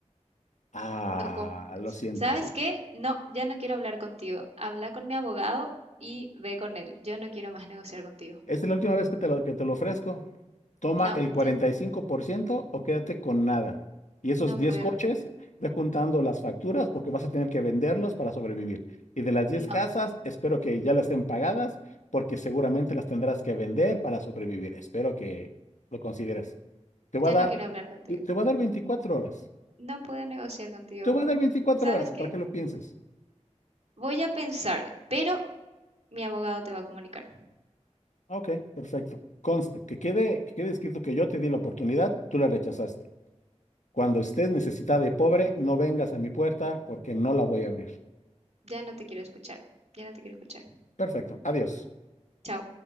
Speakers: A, on the left (about 85°); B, on the right (about 65°).
A: Ah,
B: No com-
A: lo siento.
B: ¿Sabes qué? No, ya no quiero hablar contigo. Habla con mi abogado y ve con él. Yo no quiero más negociar contigo.
A: Esta es la última vez que te lo, que te lo ofrezco. toma
B: No,
A: el 45%
B: ya no,
A: o quédate con nada. Y esos
B: no
A: 10
B: puedo.
A: coches, ve juntando las facturas porque vas a tener que venderlos para sobrevivir. Y de las 10
B: No,
A: casas, espero que ya las estén pagadas porque seguramente las tendrás que vender para sobrevivir. Espero que lo consideres. Te voy
B: ya
A: a dar,
B: no quiero hablar contigo.
A: te te voy a dar 24 horas.
B: No puedo negociar contigo.
A: Te voy a
B: Vo-
A: dar 24
B: ¿Sabes
A: horas para
B: qué?
A: que lo pienses.
B: Voy a pensar, pero mi abogado te va a comunicar.
A: Ok, perfecto. Conste, que quede, que quede escrito que yo te di la oportunidad, tú la rechazaste. Cuando estés necesitada y pobre, no vengas a mi puerta porque no la voy a abrir.
B: Ya no te quiero escuchar. Ya no te quiero escuchar.
A: Perfecto. Adiós.
B: Chao.